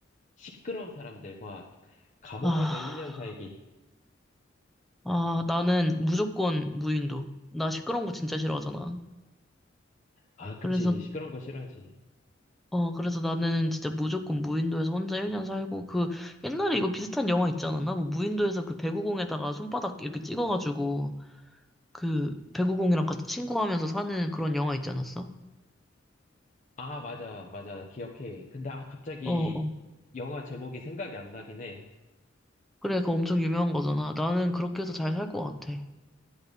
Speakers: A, on the left; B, in the centre.
A: 시끄러운 사람들과 감옥에서
B: 아,
A: 1년 살기.
B: 아, 나는 무조건 무인도. 나 시끄러운 거 진짜 싫어하잖아.
A: 아, 그치.
B: 그래서,
A: 시끄러운 거 싫어하지.
B: 어, 그래서 나는 진짜 무조건 무인도에서 혼자 1년 살고, 그, 옛날에 이거 비슷한 영화 있지 않았나? 뭐, 무인도에서 그 배구공에다가 손바닥 이렇게 찍어가지고, 그, 배구공이랑 같이 친구하면서 사는 그런 영화 있지 않았어?
A: 아, 맞아, 맞아. 나 기억해. 근데 아, 갑자기
B: 어, 어.
A: 영화 제목이 생각이 안 나긴 해.
B: 그래, 그거 엄청 유명한 거잖아. 나는 그렇게 해서 잘 살 것 같아.